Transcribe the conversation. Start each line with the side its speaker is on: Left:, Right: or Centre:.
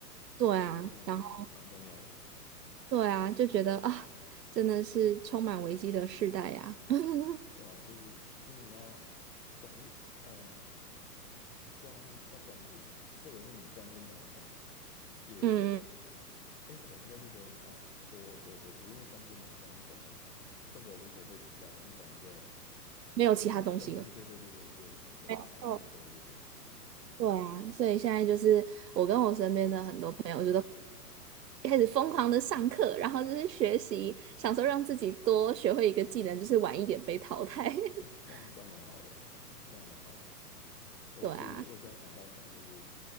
Right: 对啊，
Left: 这个真的蛮重要的，
Right: 然后。对啊，就觉得啊，真的是充满危机的世代呀、<laughs>
Left: 对吧、就是真的你要懂于嗯专要专精啊，或者是你专精某一项也，
Right: 嗯，
Left: 哎不对，应该是说你要多多接触，因为专精某一项，你可能这个如果被取代，你可能就
Right: 没有其他东西了。
Left: 对对对对对对，也是，但现在好像有点危险，
Right: 没错，对啊，所以现在就是我跟我身边的很多朋友一开始疯狂的上课，然后就是学习，想说让自己多学会一个技能，就是晚一点被淘汰。<laughs>
Left: 哎，这样这样蛮好的，这样我觉得这样蛮好的。我也是，
Right: 对啊，
Left: 我也是在想办法，就是